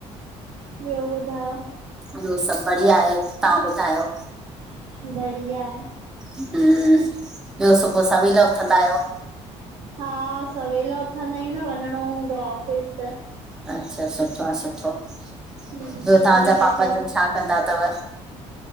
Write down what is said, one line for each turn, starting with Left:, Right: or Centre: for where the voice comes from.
Right: ॿियो ॿुधायो?
Centre: ॿियो सभ बढ़िया आहे, तव्हां ॿुधायो?
Right: बढ़िया
Centre: हम्म ॿियो सुबुह जो सवेल उथंदा आहियो?
Right: हा सवेल उथंदा आहियूं न वञिणो हूंदो आहे ऑफिस त
Centre: अच्छा सुठो आहे सुठो आहे।
Right: हम्म
Centre: ॿियो तव्हांजा
Right: सभु सुठो
Centre: पापा जन छा कंदा अथव?